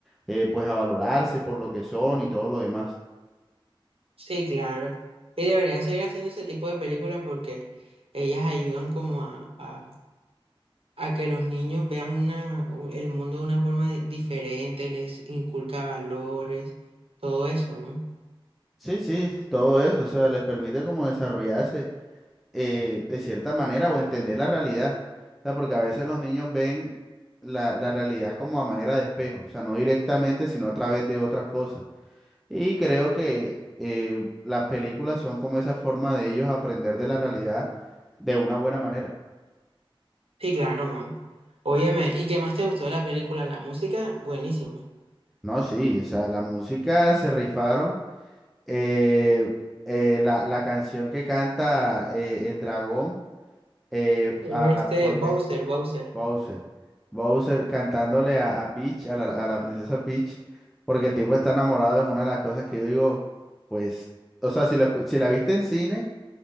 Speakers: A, in the centre; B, on the right.
A: eh, pues a valorarse por lo que son y todo lo demás.
B: Sí, claro. Y deberían seguir haciendo ese tipo de películas porque ellas ayudan como a, a- a que los niños vean una, u- el mundo de una forma di- diferente, les inculca valores, todo eso, ¿no?
A: Sí, sí, todo eso, o sea, les permite como desarrollarse eh, de cierta manera o entender la realidad. O sea, porque a veces los niños ven la, la realidad como a manera de espejo, o sea, no directamente, sino a través de otras cosas. Y creo que eh, las películas son como esa forma de ellos aprender de la realidad de una buena manera.
B: Sí, claro, ¿no? Óyeme, ¿y qué más te gustó de la película? La música, buenísima.
A: No, sí, o sea, la música se rifaron. eh, eh, la, la canción que canta eh, el dragón, eh,
B: Este,
A: ahora, porque
B: Bowser, Bowser.
A: Bowser. Bowser cantándole a, a Peach, a la, a la princesa Peach, porque el tipo está enamorado, es una de las cosas que yo digo, pues, o sea, si, lo escu- si la viste en cine,